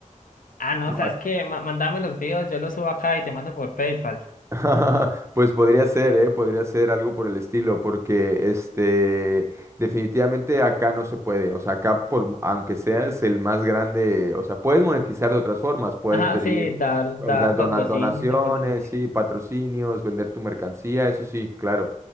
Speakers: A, on the left; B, on the right.
A: Ah, no,
B: No,
A: sabes que mandame los videos, yo los subo acá y te mando por PayPal.
B: <laughs> Pues podría ser, ¿eh? Podría ser algo por el estilo, porque este, definitivamente acá no se puede. O sea, acá, por, mu- aunque seas el más grande, o sea, puedes monetizar de otras formas, puedes
A: Ajá,
B: pedir,
A: sí, dar,
B: o
A: dar
B: sea, dona-
A: patrocinios
B: donaciones,
A: o cosas así.
B: sí, patrocinios, vender tu mercancía, eso sí, claro.